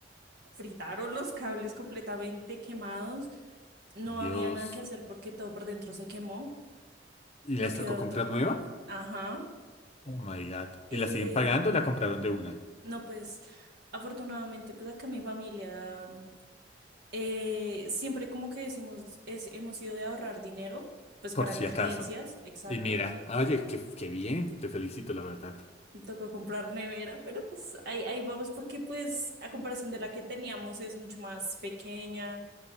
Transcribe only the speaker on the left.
Dios.
¿Y les
tocó comprar
nueva?
Oh my God. ¿Y
la siguen pagando o la compraron de una?
Por
si
acaso.
Y mira, oye, qué, qué bien, te felicito, la verdad.